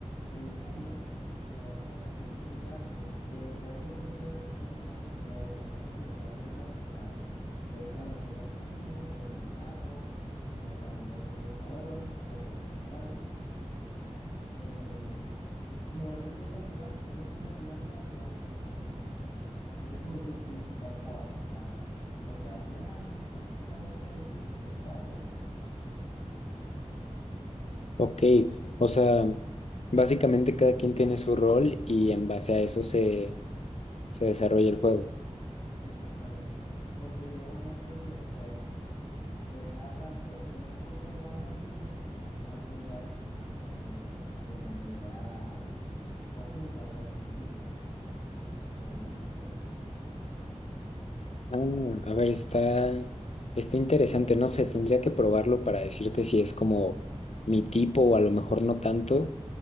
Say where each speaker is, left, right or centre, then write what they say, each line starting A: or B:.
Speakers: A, on the left; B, on the left.
A: jungla, que básicamente el jungla no- eh, puede ser cualquiera de los tres personajes, los personajes que te nombré anteriormente. O sea, puede ser a lo mejor un asesino, puede ser un mago, como también puede ser un luchador, como puede ser un tanque. Eh, normalmente lo que hace es ir ayudando a todas las demás líneas. Ese es su, su principal trabajo. O sea, es lo que hace, ah, aquí, aquí está la cosa difícil, pues él va y ayuda.
B: Ok, o sea, básicamente cada quien tiene su rol y en base a eso se, se desarrolla el juego.
A: Exactamente. Porque llega un momento en que, pues, se deja tanto, se deja un poco de lado las líneas y empiezan a pelear eh, de manera conjunta, pues en equipos. Entonces, eso.
B: Ah, a ver, está, está interesante, no sé, tendría que probarlo para decirte si es como mi tipo o a lo mejor no tanto,